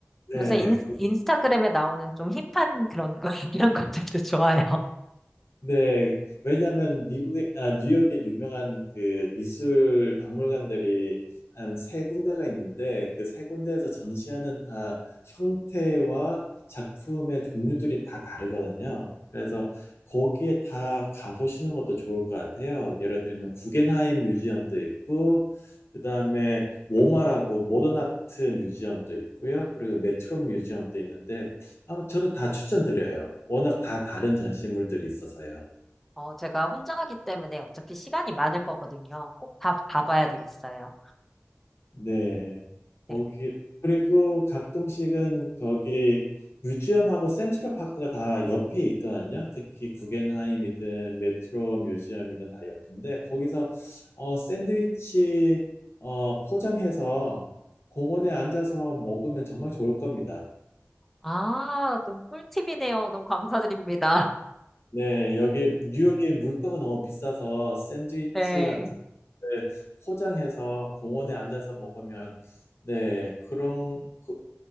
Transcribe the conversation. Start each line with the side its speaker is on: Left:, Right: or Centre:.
Left: 네.
Centre: 요새 인, 인스타그램에 나오는 좀 힙한 그런 거, <laughs> 이런 것들도 좋아요.
Left: 네, 왜냐하면 미국에 아, 뉴욕에 유명한 그 미술 박물관들이 한 세 군데가 있는데 그 세 군데에서 전시하는 다 형태와 작품의 종류들이 다 다르거든요. 그래서 거기에 다 가보시는 것도 좋을 것 같아요. 예를 들면 구겐하임 뮤지엄도 있고 그다음에 모마라고 모던 아트 뮤지엄도 있고요. 그리고 메트로 뮤지엄도 있는데 아마 저는 다 추천드려요. 워낙 다 다른 전시물들이 있어서요.
Centre: 어, 제가 혼자 가기 때문에 어차피 시간이 많을 거거든요. 꼭 다 가봐야 되겠어요.
Left: 네.
Centre: 네.
Left: 거기, 그리고 가끔씩은 거기 뮤지엄하고 센트럴 파크가 다 옆에 있거든요. 특히 구겐하임이든 메트로 뮤지엄이든 다 옆인데, 거기서 어, 샌드위치 어, 포장해서 공원에 앉아서 먹으면 정말 좋을 겁니다.
Centre: 아, 또 꿀팁이네요. 너무 감사드립니다.
Left: 네, 여기 뉴욕의 물가가 너무 비싸서 샌드위치
Centre: <laughs> 네.
Left: 같은 걸 포장해서 공원에 앉아서 먹으면 네, 그런 그-